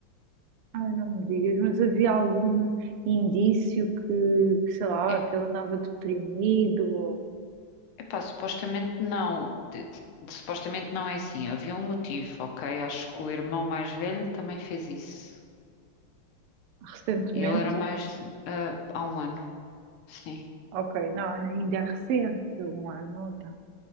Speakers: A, on the right (about 85°); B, on the left (about 75°).
A: Ai, não me digas, mas havia algum indício que, que, sei lá,
B: É,
A: que ele andava deprimido ou
B: epá, supostamente não. De- de- supostamente não é assim. Havia um motivo, ok? Acho que o irmão mais velho também fez isso.
A: recentemente?
B: E ele era mais ah, há um ano. Sim,
A: Ok, não, ainda é recente, um ano, então.